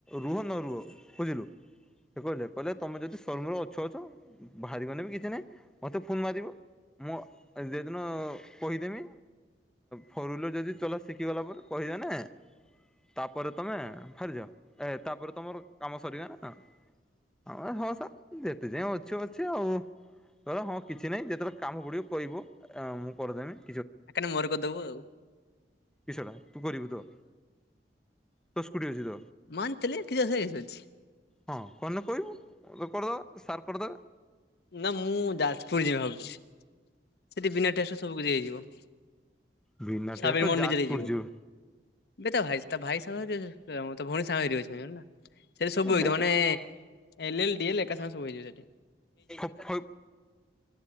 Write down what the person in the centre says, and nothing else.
ରୁହ ନ ରୁହ ବୁଝିଲୁ ସେ କହିଲେ କହିଲେ ତମେ ଯଦି ସ୍ୱରମର ଅଛ ଅଛ ବାହାରିିବନେ ବି କିଛି ନାହିଁ। ଫୋନ୍ ମାରିବ ମୁଁଦିନ କହିଦେମି ଫୋର୍ ହ୍ଲର ଯଦି ଚଲା ଶିଖିଗଲା ପରେ କହିବ ନା ତାପରେ ତମେ ବାହାରିଯ ଏ ତାପରେ ତମର କାମ ସରିଗ ନା ଆଉ ହସା ଦେ ତୁ ଯାଇ ଅଛୁ ଅଛେ ଆଉ କ ହଁ କିଛି ନାହିଁ ଯେତେବେଳେ କାମ ପଡ଼ିବ କହିବ ଆ ମୁଁ କରିଦେବି
କିଛଟା ତୁ କରିବୁ ତ ତୋ ସ୍କୁଟି ଅଛି ତ
ହଁ କହ କହିବୁ ରୋୋକଡ଼ଦ ସାର୍କଡ଼ଦ
ବିନା
ଟେଷ୍ଟରେ
ଯାଜପୁର
ଯିବୁ
ଦେଖ
ଫ ଫ